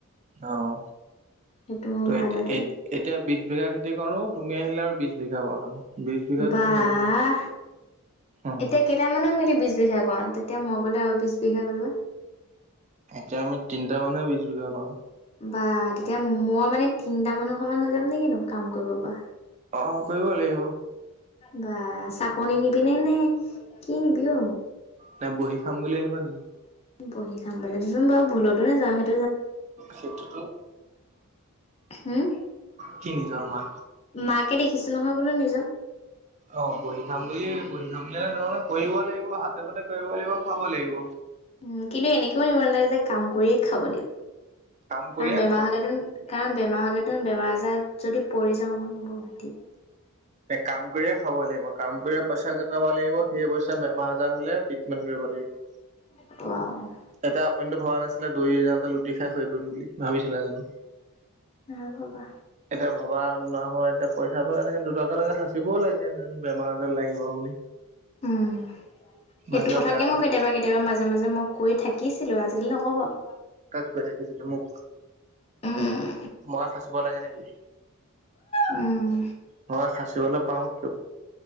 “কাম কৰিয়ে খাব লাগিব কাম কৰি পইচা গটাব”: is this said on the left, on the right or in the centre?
Right